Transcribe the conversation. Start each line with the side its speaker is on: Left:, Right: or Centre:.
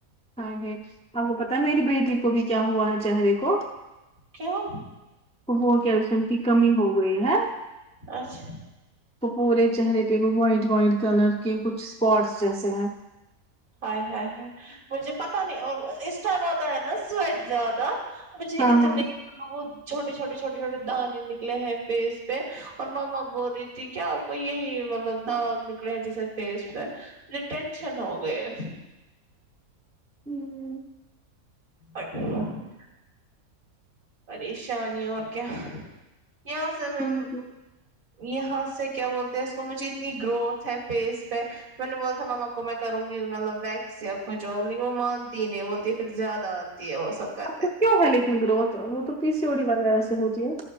Centre: ہم <unintelligible> آپ کو پتا ہے میری بیٹی کو بھی کیا ہوا ہے چہرے کو
Right: کیوں
Centre: وہ کیلشیم کی کمی ہو گئی ہے
Right: اچھا
Centre: تو پورے چہرے پہ وہ وائٹ وائٹ کلر کے کچھ اسپاٹس جیسے ہیں
Right: ایےہاے مجھے پتا نہیں اور اس ٹائم اتا ہے نا سویٹ زیادہ مجھے
Centre: ہاں
Right: اتنے
Centre: ہاں
Right: وہ چھوٹے چھوٹے چھوٹے چھوٹے دانے نکلے ہیں فیس پہ اور ماما بول ری جی کیا اپ کو یہی مطلب داغ نکلے ہیں جیسے فیس پہ مجھے ٹینشن ہو گئے
Centre: ہمم
Right: اچ <unintelligible> پریشانی اور کیا یہاں سے میں
Centre: ہوں
Right: یہاں سے کیا بولتے ہیں اس کو مجھے اتنی گروتھ ہے فیس پہ میں نے بول تھا ماما کو میں کروں گی مطلب ویکس یا کچھ لیکن وہ مانتی نہیں بولتی پھر زیادہ <unintelligible> تی ہے وہ سب کر
Centre: تو کیوں ہے لیکن گروتھ وہ تو پی سی او ڈی وغیرہ سے ہوتی ہے